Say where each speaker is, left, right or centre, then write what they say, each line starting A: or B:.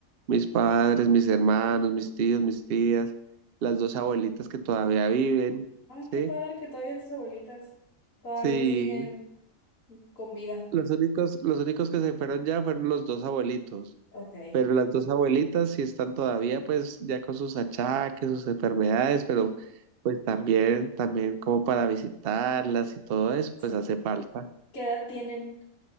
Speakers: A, on the right; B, on the left.
A: mis padres, mis hermanos, mis tíos, mis tías, las dos abuelitas que todavía viven, ¿sí?
B: qué padre que todavía tus abuelitas todavía
A: Sí,
B: siguen con vida.
A: los únicos, los únicos que se fueron ya fueron los dos abuelitos.
B: Ok.
A: Pero las dos abuelitas sí están todavía, pues, ya con sus achaques, sus enfermedades,
B: Ujú.
A: pero pues también, también como para visitarlas y todo eso,
B: Sí.
A: pues hace falta.
B: ¿Qué edad tienen